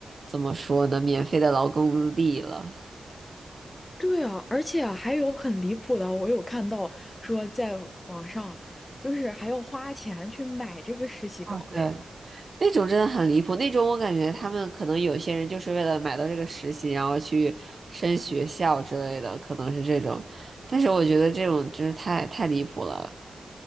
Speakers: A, on the right; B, on the left.
A: 怎么说呢，免费的劳动力了。
B: 对啊，而且还有很离谱的，我有看到说在网上，就是还要花钱去买这个实习岗位。
A: 对，那种真的很离谱，那种我感觉他们可能有些人就是为了买到这个实习，然后去升学校之类的，可能是这种。但是我觉得这种就是太太离谱了。